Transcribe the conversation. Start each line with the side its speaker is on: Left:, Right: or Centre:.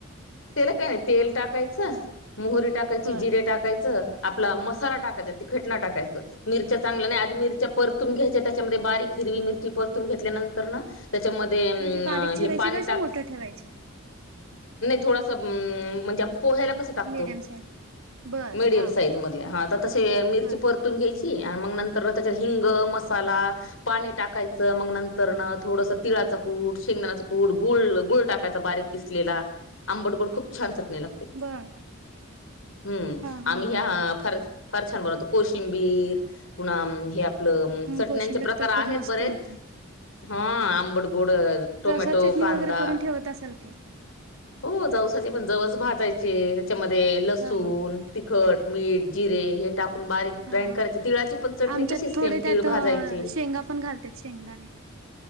Left: त्याला काय नाही तेल टाकायचं मोहरी टाकायची
Right: बर
Left: जिरे टाकायचं आपला मसाला टाकायचा तिखटं टाकायचं मिरच्या चांगल्या नाही आधी मिरच्या परतून घ्यायच्या त्याच्यामध्ये बारीक हिरवी मिरची परतून घेतल्यानंतर ना त्याच्यामध्ये अं
Right: म्हणजे बारीक
Left: हे
Right: चिरायचे
Left: पाणी
Right: कसे
Left: टाक
Right: मोठे ठेवायचे
Left: थोडसं म्हणजे पोह्याला कसं टाकतो
Right: मीडियम साईज बर
Left: मीडियम
Right: हा
Left: साईजमधले हां तर तसे मिरची
Right: बर
Left: परतून घ्यायची मग नंतर मग त्याच्यात हिंग मस्त ला पाणी टाकायचं मग नंतर न थोडस तिळाच कूट शेंगदाण्याच कूट गुळ गुळ टाकायचा बारीक किसलेला आंबडगोड खूप छान चटणे लागते
Right: बर
Left: हम्म
Right: हा हा
Left: आम्ही
Right: हा
Left: ह्या फार फार छान बनवत कोशिंबीर पुन्हा हे आपलं चटण्यांचे
Right: कोशिंबीर
Left: प्रकार
Right: तर
Left: आहेत
Right: खूप मस्त
Left: बरेच
Right: होते
Left: हा आंबड गोड टोमॅटो
Right: जवसा चटणी
Left: कांदा
Right: वगैरे करून ठेवत असाल की?
Left: हो जवसाचे पण जवस भजायचे त्याच्यामध्ये लसूण
Right: हा.
Left: तिखट मीठ जिरे हे टाकून बारीक
Right: हा
Left: ग्राईंड करायची तिळाची पण चटणी
Right: आमच्यात
Left: तशीच
Right: थोडे
Left: सेम तीळ
Right: त्यात
Left: भाजायचे
Right: शेंगा पण घालतेत शेंगदाणे.